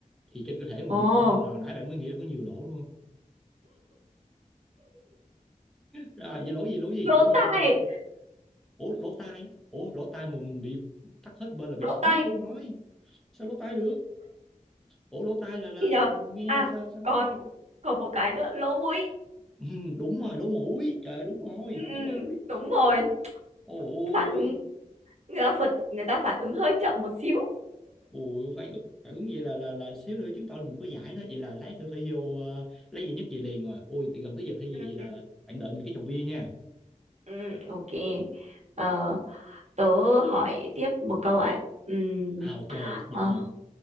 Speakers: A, in the centre; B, on the right.
A: thì trên cơ thể mình
B: ồ
A: cho nên là hồi nãy bạn mới nghĩ là có nhiều lỗ luôn rồi vậy lỗ gì lỗ gì
B: lỗ
A: lỗ gì
B: tai
A: trên cơ thể ủa lỗ tai ủa lỗ tai mà mình bị tắc hết bên là bị
B: lỗ
A: điếc
B: tai
A: luôn rồi sao lỗ tai được ủa lỗ tai là là
B: thì nhờ
A: mình nghe
B: à
A: là sao sao
B: còn còn một cái nữa lỗ mũi
A: ừ, đúng rồi lỗ mũi trời ơi, đúng rồi
B: ừ, ừ,
A: lỗ mũi
B: đúng rồi
A: ôi
B: phản ứng người ta phản người ta phản ứng hơi chậm một xíu
A: ôi phải phải ứng vậy là là là xíu nữa chứng tỏ là mình có giải đó vậy là lát nữa phải vô ờ, lấy giải nhất về liền rồi ôi thì gần tới giờ thi rồi
B: Ừ,
A: vậy là
B: ừ.
A: bạn đợi mình cái chầu bia nha
B: ừ, ok Ờ, tớ hỏi tiếp một câu ạ Ừm,
A: à ok rồi chấp nhận
B: ờ,
A: luôn